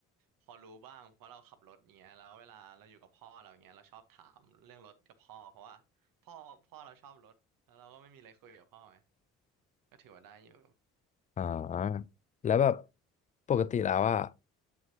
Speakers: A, on the right; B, on the left.
A: พอรู้บ้างเพราะเราขับรถเงี้ยแล้วเวลาเราอยู่กับพ่อเราเงี้ยเราชอบถามเรื่องรถกับพ่อเพราะว่าพ่อพ่อเราชอบรถแล้วเราก็ไม่มีอะไรคุยกับพ่อไงก็ถือว่าได้อยู่
B: อ่าแล้วแบบปกติแล้วอ่ะ